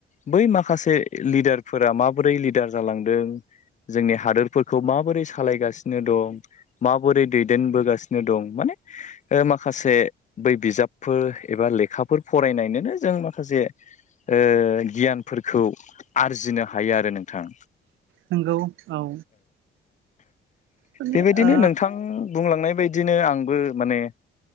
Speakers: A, on the left; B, on the right.
A: बै माखासे लिडारफोरा माबोरै लिडार जालांदों। जोंनि हादोरफोरखौ माबोरै सालायगासिनो दं माबोरै दैदेनबोगासिनो दं माने ओ माखासे बै बिजाबफोर एबा लेखाफोर फरायनायनोनो जों माखासे। ओ गियानफोरखौ आरजिनो हायो आरो नोंथां।
B: नोंगौ औ। माने
A: बेबायदिनो
B: ओ
A: नोंथां बुंलांनाय बायदिनो आंबो माने।